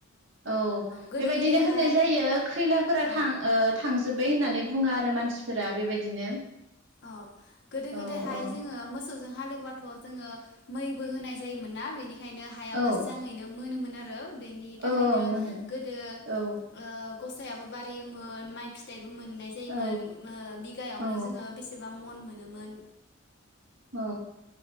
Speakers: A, on the right (about 65°); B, on the left (about 55°).
A: औ
B: गोदो
A: बेबायदिनो
B: गोदायहाय
A: होननाय जायो खैलाफोरा
B: औ
A: थां थांजोब्बाय होननानै बुङा आरो मानसिफोरा बेबायदिनो।
B: औ गोदो
A: औ
B: गोदायहाय
A: औ
B: जोङो मोसौजों हालेवबाथ' जोङो मैबो होनाय जायोमोन ना बेनि ओंखायनो हाया मोजाङैनो
A: औ
B: मोनोमोन। आरो बेनि थाखायनो
A: औ मोनो
B: गोदो
A: औ
B: ओ गसायाबो बारयोमोन माइ फिथाइ मोननाय ओ
A: औ
B: बिघायावनो
A: औ
B: जोङो बेस मन मोनोमोन।
A: औ